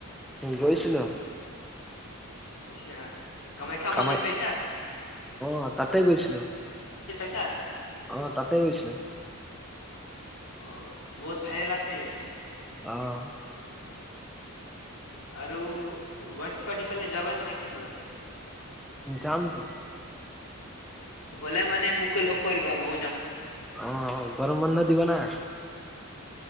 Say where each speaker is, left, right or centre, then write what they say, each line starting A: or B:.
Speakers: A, in the centre; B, on the left.
A: গৈছিলো।
B: ছা কামাখ্যা
A: কামাই
B: মন্দিৰ চাইছা?
A: অ তাতে গৈছিলো।
B: ছা?
A: অ তাতে গৈছিলো।
B: অ' বহুত ভাইৰেল আছে সেইটো।
A: অ'।
B: আৰু গুৱাটী-চুৱাটীৰ ফালে যাবান নাই কেতিয়াবা?
A: জামটো।
B: গ'লে মানে মোকো লগ কৰিবা, ময়ো যাম।
A: অ' গৰম বন্ধ দিব না।